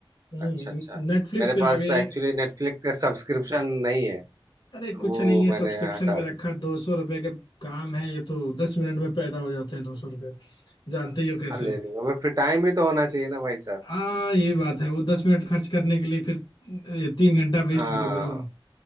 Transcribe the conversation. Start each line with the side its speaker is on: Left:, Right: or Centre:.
Left: हम्म
Right: अच्छा अच्छा
Left: नेटफ्लिक्स
Right: मेरे
Left: पे
Right: पास
Left: आ गई
Right: एक्चुअली नेटफ्लिक्स का सब्सक्रिप्शन नहीं है
Left: अरे कुछ
Right: वो
Left: नहीं है सब्सक्रिप्शन
Right: मैंने हटा
Left: में
Right: दिया
Left: रखा दो सौ रुपए के काम है ये तो दस मिनट में पैदा हो जाते हैं दो सौ रुपए जानते ही हो कैसे
Right: हाँ ले लूंगा भाई फिर टाइम भी तो होना चाहिए ना भाई साहब
Left: हाँ ये बात है वो दस मिनट खर्च करने के लिए फिर ये तीन घंटा
Right: हाँ
Left: वेस्ट भी तो करो